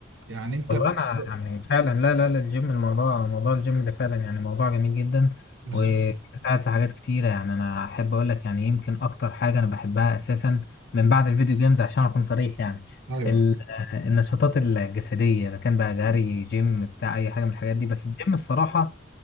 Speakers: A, on the right; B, on the left.
A: يعني انت
B: والله
A: بالنسبه
B: انا يعني فعلا لا لا لا الجيم الموضوع موضوع الجيم ده فعلا يعني موضوع جميل جدا
A: بالظبط.
B: وساعد في حاجات كتيره يعني انا احب اقول لك يعني يمكن اكتر حاجه انا بحبها اساسا من بعد الفيديو جيمز عشان اكون صريح يعني
A: ايوه
B: ال- آه، النشاطات الجسديه اذا كان بقى جري جيم بتاع اي حاجه من الحاجات دي بس الجيم الصراحه